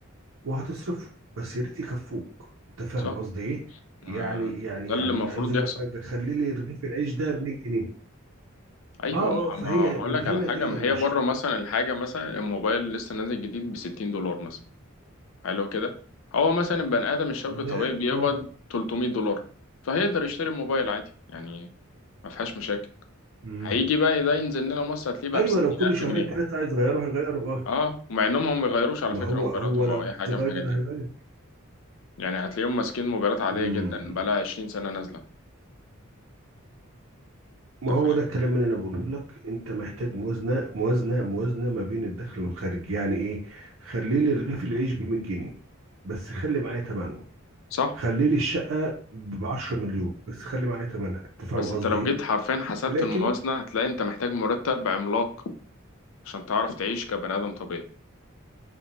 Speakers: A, on the right (about 65°); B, on the left (about 65°).
A: وهتصرفهم بس يا ريت يكفوك انت فاهم
B: صح
A: قصدي ايه يعني
B: آه،
A: يعني
B: ده
A: يعني
B: اللي المفروض
A: عايز اقول
B: يحصل
A: لك حاجة خلي لي رغيف العيش ده ب 100 جنيه
B: ايوه
A: اه اه
B: ما
A: آه، فهي
B: ما هقول
A: من
B: لك
A: هنا
B: على حاجه
A: جايه
B: ما
A: المشكله
B: هي بره مثلا الحاجه مثلا الموبايل لسه نازل جديد ب 60 دولار مثلا حلو كده هو مثلا البني ادم الشاب الطبيعي
A: ده
B: بيقبض
A: اه
B: 300 دولار فهيقدر يشتري موبايل عادي يعني ما فيهاش مشاكل
A: مم.
B: هيجي بقى ده ينزل لنا مصر هتلاقيه بقى
A: ايوه
B: ب 60000
A: لو كل شهرين
B: جنيه
A: ثلاثه عايز يغيره هيغيره اه
B: اه ومع انهم هم ما بيغيروش على
A: ما
B: فكره
A: هو
B: موبايلاتهم
A: هو لو
B: او
A: عايز
B: اي حاجه
A: يغير
B: من الحاجات دي
A: هيغير
B: يعني هتلاقيهم ماسكين موبايلات عاديه
A: مم.
B: جدا بقى لها 20 سنه نازله
A: ما
B: انت
A: هو
B: فاهم
A: ده الكلام اللي انا بقوله لك انت محتاج موازنه موازنه موازنه ما بين الدخل والخارج يعني ايه خلي لي رغيف العيش ب 100 جنيه بس خلي معايا ثمنه
B: صح
A: خلي لي الشقه ب 10 مليون بس خلي معايا ثمنها انت فاهم
B: بس
A: قصدي
B: انت لو
A: ايه
B: جيت حرفيا حسبت
A: لكن
B: الموازنه هتلاقي انت محتاج مرتب عملاق عشان تعرف تعيش كبني آدم طبيعي